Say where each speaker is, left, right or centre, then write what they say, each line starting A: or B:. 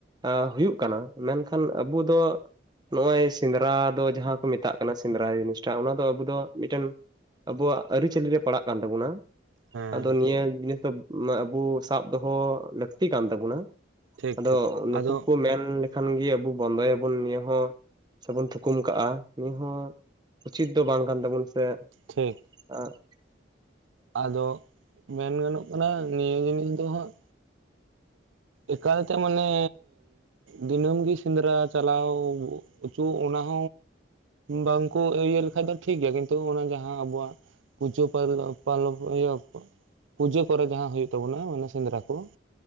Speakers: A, on the right; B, on the right.
A: ᱟᱜ ᱦᱩᱭᱩᱜ ᱠᱟᱱᱟ ᱢᱮᱱᱠᱷᱟᱱ ᱟᱵᱚ ᱫᱚ ᱱᱚᱜᱼᱚᱭ ᱥᱮᱸᱫᱽᱨᱟ ᱫᱚ ᱡᱟᱦᱟᱸ ᱠᱚ ᱢᱮᱛᱟᱜ ᱠᱟᱱᱟ ᱥᱮᱸᱫᱽᱨᱟ ᱡᱤᱱᱤᱥᱴᱟ ᱚᱱᱟ ᱫᱚ ᱟᱵᱚ ᱫᱚ ᱢᱤᱫᱴᱮᱱ ᱟᱵᱩᱣᱟᱜ ᱟᱹᱨᱤ ᱪᱟᱹᱞᱤ ᱨᱮ ᱯᱟᱲᱟᱜ ᱠᱟᱱ ᱛᱟᱵᱚᱱᱟ᱾
B: ᱦᱮᱸ
A: ᱟᱫᱚ ᱱᱤᱭᱟᱹ ᱡᱤᱱᱤᱥ ᱫᱚ ᱟᱵᱩ ᱥᱟᱵ ᱫᱚᱦᱚ ᱞᱟᱹᱠᱛᱤ ᱠᱟᱱ ᱛᱟᱵᱚᱱᱟ᱾
B: ᱴᱷᱤᱠ
A: ᱟᱫᱚ
B: ᱴᱷᱤᱠ
A: ᱱᱩᱠᱩ
B: ᱟᱫᱚ
A: ᱠᱚ ᱢᱮᱱᱞᱠᱷᱟᱱ ᱜᱮ ᱟᱵᱩ ᱵᱚᱱᱫᱚᱭᱟᱵᱚᱱ ᱱᱤᱭᱟᱹ ᱦᱚᱸ᱾ ᱥᱮ ᱵᱚᱱ ᱛᱷᱩᱠᱩᱢ ᱠᱟᱜᱼᱟ ᱱᱤᱭᱟᱹ ᱦᱚᱸ ᱩᱪᱤᱛ ᱫᱚ ᱵᱟᱝ ᱠᱟᱱ ᱛᱟᱵᱚᱱ ᱥᱮ
B: ᱴᱷᱤᱠ᱾
A: ᱟᱜ᱾
B: ᱟᱫᱚ ᱢᱮᱱ ᱜᱟᱱᱚᱜ ᱠᱟᱱᱟ ᱱᱤᱭᱟᱹ ᱡᱤᱱᱤᱥ ᱫᱚ ᱦᱟᱸᱜ ᱮᱠᱟᱞ ᱛᱮ ᱢᱟᱱᱮ ᱫᱤᱱᱟᱹᱢᱜᱤ ᱥᱮᱸᱫᱽᱨᱟ ᱪᱟᱞᱟᱣ ᱚᱪᱚ ᱚᱱᱟᱦ ᱵᱟᱝᱠᱩ ᱤᱭᱟᱹ ᱞᱮᱠᱷᱷᱟᱡ ᱫᱚ ᱴᱷᱤᱠᱜᱮᱭᱟ ᱠᱤᱱᱛᱩ ᱚᱱᱟ ᱡᱟᱦᱟᱸ ᱟᱵᱚᱣᱟᱜ ᱯᱩᱡᱟᱹ ᱯᱟᱟᱞᱚᱵ᱾ ᱯᱟᱨᱞᱚᱵ ᱤᱭᱟᱹ ᱯᱩᱡᱟᱹ ᱠᱚᱨᱮ ᱡᱟᱦᱟᱸ ᱦᱩᱭᱩᱜᱜ ᱛᱟᱵᱚᱱᱟ ᱚᱱᱟ ᱥᱮᱸᱫᱽᱨᱟ ᱠᱚ᱾